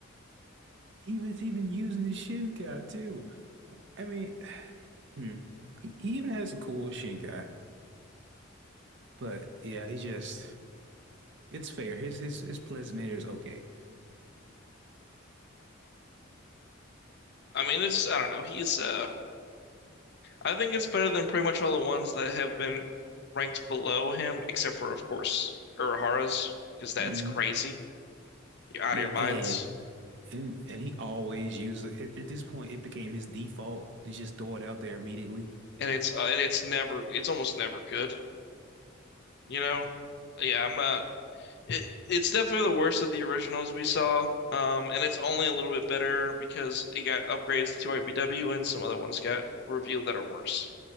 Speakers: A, on the right; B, on the left.
A: He was even using the Shinkai too. I mean, hmm. He he even has a cool Shinkai, but yeah, he just it's fair. His his his placement here is okay.
B: I mean it's I don't know. He's uh I think it's better than pretty much all the ones that have been ranked below him, except for of course Urahara's, because that's
A: hmm
B: crazy. You're out
A: Yeah,
B: of your minds.
A: and And and he always used it. At, at this point, it became his default to just throw it out there immediately.
B: And it's uh, and it's never it's almost never good, you know? Yeah, I'm not It it's definitely the worst of the originals we saw. Um, and it's only a little bit better because it got upgrades into IBW and some other ones got revealed that are worse.